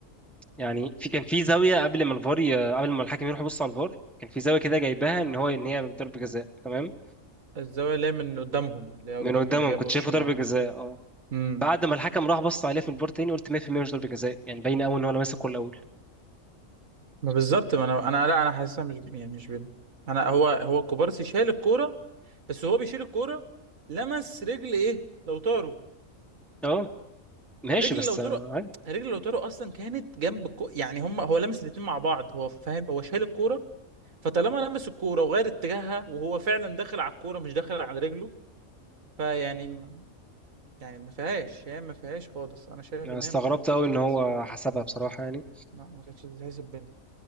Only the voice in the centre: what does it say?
يعني في كان في زاويه قبل ما الفار ي- قبل ما الحكم يروح يبص على الفار كان في زاويه كده جايبها ان هو ان هي ضربه جزاء تمام
من قدامهم
كنت
شايفه
ضربه جزاء اه
بعد ما الحكم راح بص عليها في الفار تاني قلت 100% مش ضربه جزاء يعني باين قوي ان هو لمس الكوره الاول
اه ماشي
بس
آه، عادي
انا
استغربت
قوي
ان هو
حسبها بصراحه يعني